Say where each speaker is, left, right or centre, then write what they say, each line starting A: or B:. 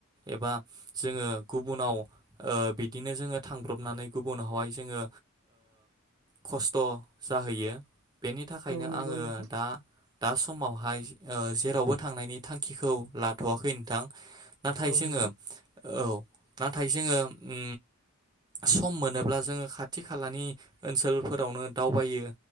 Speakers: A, on the right; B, on the right.
A: एबा जोङो गुबुनाव ओ बिदिनो जोङो थांब्रबनानै गुबुनावहाय जोङो खस्थ' जाहैयो बेनि थाखायनो
B: औ नंगौ
A: आङो
B: नोंथां
A: दा दा समावहाय ओ जेरावबो थांनायनि थांखिखौ लाथ'वाखै नोंथां नाथाय
B: औ
A: जोङो
B: नंगौ
A: औ नाथाय जोङो ओ सम मोनोब्ला जोङो खाथि खालानि ओनसोलफोरावनो दावबायो